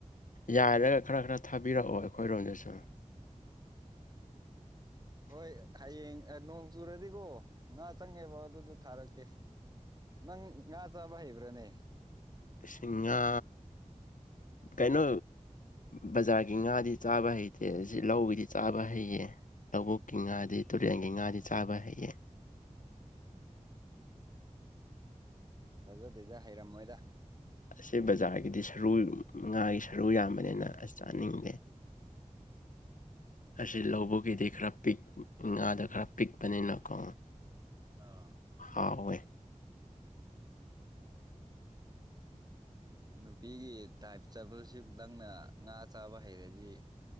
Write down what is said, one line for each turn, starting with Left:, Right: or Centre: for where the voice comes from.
Left: ꯌꯥꯏꯔꯒ ꯈꯔ ꯈꯔ ꯊꯥꯕꯤꯔꯛꯑꯣ ꯑꯩꯈꯣꯏꯔꯣꯝꯗꯁꯨ
Right: ꯍꯣꯏ ꯍꯌꯦꯡ ꯅꯣꯡ ꯆꯨꯔꯗꯤꯀꯣ ꯉꯥ ꯆꯪꯉꯦꯕ ꯑꯗꯨꯗ ꯊꯥꯔꯛꯀꯦ ꯅꯪ ꯉꯥ ꯆꯥꯕ ꯍꯩꯕ꯭ꯔꯅꯦ
Left: ꯏꯁ ꯉꯥ
Right: <inaudible> <unintelligible>
Left: ꯀꯩꯅꯣ ꯕꯖꯥꯔꯒꯤ ꯉꯥꯗꯤ ꯆꯥꯕ ꯍꯩꯇꯦ ꯁꯤ ꯂꯧꯒꯤꯗꯤ ꯆꯥꯕ ꯍꯩꯌꯦ ꯂꯧꯕꯨꯛꯀꯤ ꯉꯥꯗꯤ ꯇꯨꯔꯦꯟꯒꯤ ꯉꯥꯗꯤ ꯆꯥꯕ ꯍꯩꯌꯦ
Right: ꯐꯖꯗꯦꯗꯥ ꯍꯩꯔꯝꯃꯣꯏꯗ
Left: ꯑꯁꯤꯁ ꯕꯖꯥꯔꯒꯤꯗꯤ ꯁꯔꯨ ꯉꯥꯒꯤ ꯁꯔꯨ ꯌꯥꯝꯕꯅꯤꯅ ꯑꯁ ꯆꯥꯅꯤꯡꯗꯦ ꯑꯁꯤ ꯂꯧꯕꯨꯛꯒꯤꯗꯤ ꯈꯔ ꯄꯤꯛ ꯉꯥꯗꯣ ꯈꯔ ꯄꯤꯛꯄꯅꯤꯅꯀꯣ
Right: ꯑꯥ
Left: ꯍꯥꯎꯏ
Right: ꯅꯨꯄꯤꯒꯤ ꯇꯥꯏꯞ ꯆꯠꯄꯕꯁꯤ ꯅꯪꯅ ꯉꯥ ꯆꯥꯕ ꯍꯩꯔꯗꯤ